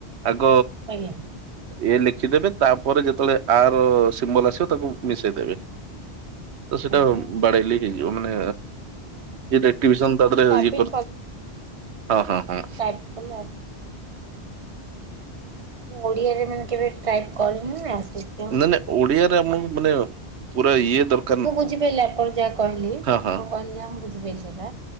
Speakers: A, on the right; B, on the right.
A: ଆଗ
B: ଆଜ୍ଞା
A: ଏ ଲେଖିଦେବେ ତାପରେ ଯେତେବେଳେ ଆର ସିମ୍ବଲ ଆସିବ ତାକୁ ମିଶେଇ ଦେବେ। ତ ସେଇଟା
B: ଆଜ୍ଞା।
A: ବାଡେଇଲେ ହେଇଯିବ ମାନେ ଏକ୍ଟିଭେସନ ତା ଦେହରେ
B: ଟାଇପିଂ
A: ଇଏ କର ହଁ ହଁ ହଁ।
B: ଆପ କଲା ମୁଁ ଓଡ଼ିଆରେ ମାନେ କେବେ ଟାଇପ୍ କରିନି ନା ସେଇଥି
A: ନା ନାଇ ଓଡିଆରେ ଆମ ମାନେ ପୁରା ଇଏ ଦର
B: ମୁଁ ବୁଝିପାରିଲି ଆପଣ ଯାହା କହିଲି ଆପଣ
A: ହଁ
B: କହିଲେ ଯାହା ମୁଁ ବୁଝିପାରି ସେଟା